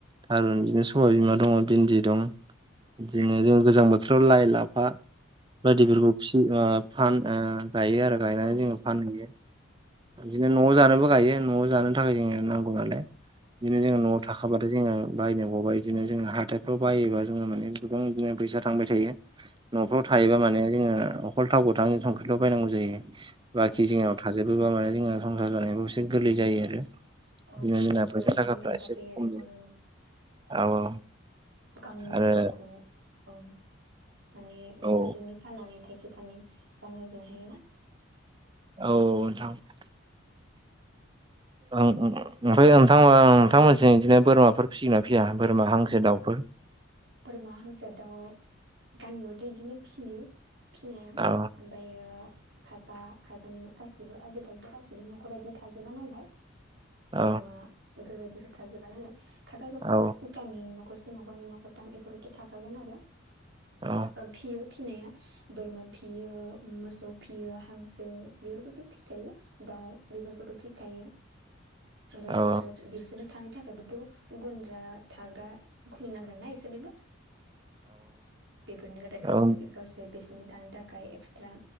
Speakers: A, on the right (about 20°); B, on the right (about 55°).
A: थारुन बे सबाय बिमा दङ भिन्दि दं। बिदिनो जों गोजां बोथोराव लाइ लाफा बायदिफोरखौ फिसियो ओ फान ओ गायो आरो गायनानै
B: औ
A: जोङो फानहैयो। बिदिनो न'आव जानोबो गायो न'आव जानो थाखाय जोङो नांगौ नालाय। बिदिनो जोङो
B: उम
A: न'आव थाख आबादा जोङो बायनो गिबाय बिदिनो जोङो हााइफ्राव बायोबा जोङो माने गोबां बिदिनो फैसा थांबाय थायो। न'फ्राव थायोबा माने जोङो अखल थाव गोथां जों संख्रिल' बायनांगौ जायो।
B: औ
A: बाखि जोंनाव थाजोबोबा माने जोंहा संसार जानायफ्राव एसे गोरलै जायो आरो।
B: औ
A: बिदिनो जोंना फैसा
B: माने
A: थाखाफ्रा
B: मुलाम्फा
A: एसे
B: फैयो
A: खम
B: आरो गावनो
A: जायो।
B: गाव।
A: औ औ
B: गावनि नांगौखौ
A: आरो
B: औ माने बेफोरजोंनो
A: औ
B: फाननानै थाइसे थाइनै रां आरजिनो हायो ना।
A: औ नोंथां ओं ओं ओमफ्राय नोंथां आं नोंथांमोनसि बिदिनो बोरमाफोर फिसिगोनना फिया बोरमा हांसो दाउफोर।
B: बोरमा हांसो दाव गामियावथ' इदिनो फियो फिनाया।
A: औ
B: बायो खायफा खायफानिनो गासिबो आजिखालिथ' गासिबो न'खर बिदि थाजोबा नालाय।
A: औ
B: बोरमा बेफोरबायदिबो थाजोबा नालाय खायफा खायफा
A: औ
B: गामि न'खरसे न'खरनि न'खरथाम बेफोरावथ' थाखागोन आरो
A: औ
B: ओ फियो फिसिनाया बोरमा फियो मोसौ फियो हांसो बेफोरखौथ' फिखायो। दाउ बेफोरखौथ' फिखायो ओमफ्राय
A: औ
B: बिसोर बिसोरनो थानाय थाखायबोथ' गन्द्रा थाग्रा खुलिनांगोन ना इसोरनिबो बेफोरनि थाखाय दा <unintelligible>
A: औ
B: गावसोर बिसोरनि थानो थाखाय एक्सट्रा